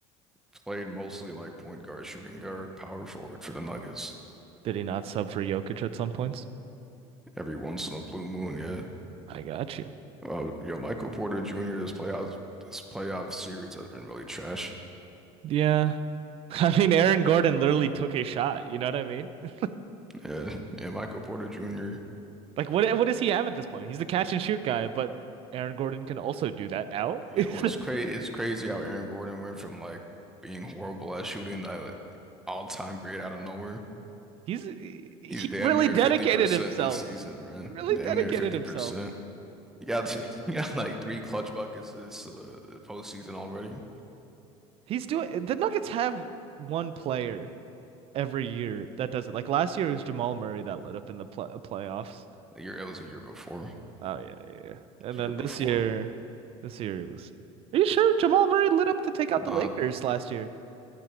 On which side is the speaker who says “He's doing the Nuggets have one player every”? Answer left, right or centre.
Right